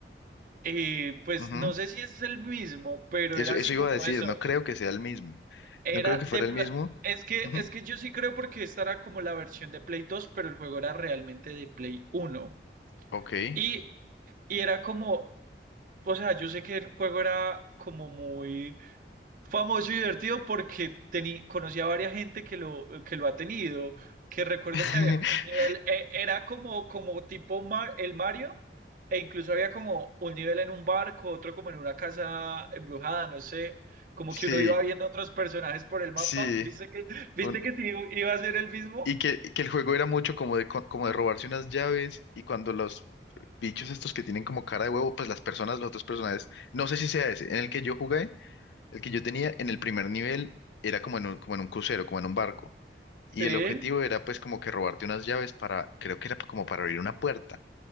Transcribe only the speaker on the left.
ujú.
Eso,
eso
iba
a decir,
no creo que sea el mismo.
No creo que
fuera
el mismo.
Ujú,
Ok.
<laughs>
Sí,
sí.
Un-
Y que, que el juego era mucho como de, co- como de robarse unas llaves y cuando los bichos estos que tienen como cara de huevo, pues las personas, los otros personajes, no sé si sea ese, en el que yo jugué, el que yo tenía en el primer nivel era como en un, como en un crucero, como en un barco. Y
el objetivo era pues como que robarte unas llaves para, creo que era como para abrir una puerta.